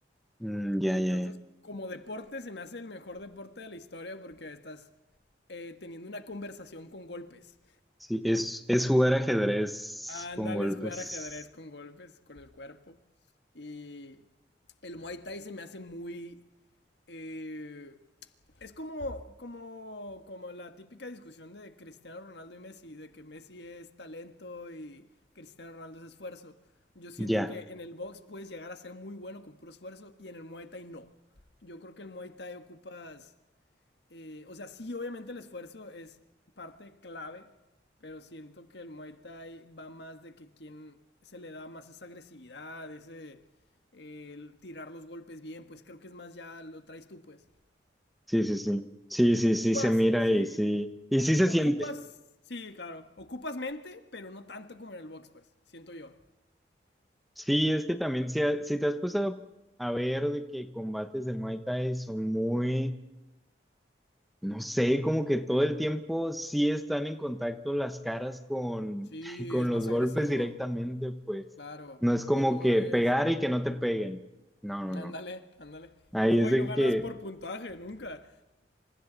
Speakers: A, in the centre; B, on the left (about 65°).
A: Mm, ya,
B: Entonces,
A: ya, ya.
B: como deporte, se me hace el mejor deporte de la historia porque estás eh, teniendo una conversación con golpes.
A: Sí, es, es jugar ajedrez
B: Ándale,
A: con golpes.
B: es jugar ajedrez con golpes, con el cuerpo. Y el Muay Thai se me hace muy... eh, es como, como, como la típica discusión de Cristiano Ronaldo y Messi, de que Messi es talento y Cristiano Ronaldo es esfuerzo. Yo siento
A: Ya.
B: que en el box puedes llegar a ser muy bueno con puro esfuerzo y en el Muay Thai no. Yo creo que el Muay Thai ocupas eh, o sea, sí, obviamente el esfuerzo es parte clave, pero siento que el Muay Thai va más de que quien se le da más esa agresividad, ese eh, el tirar los golpes bien, pues creo que es más ya lo traes tú, pues.
A: Sí, sí, sí. Sí, sí,
B: Ocupas,
A: sí, se mira
B: sí,
A: y sí. Y sí se
B: ocupas,
A: siente.
B: sí, claro, ocupas mente, pero no tanto como en el box, pues, siento yo.
A: Sí, es que también si, ha- si te has puesto a ver de que combates de Muay Thai son muy, no sé, como que todo el tiempo sí están en contacto las caras con,
B: Sí,
A: <laughs> con
B: es más
A: los
B: agresivo,
A: golpes directamente, pues.
B: claro.
A: No es como
B: Y luego
A: que
B: es,
A: pegar y que no te peguen. No, no,
B: ándale,
A: no.
B: ándale.
A: Ahí
B: Y luego
A: es
B: ahí
A: de
B: no ganas
A: que
B: por puntaje, nunca.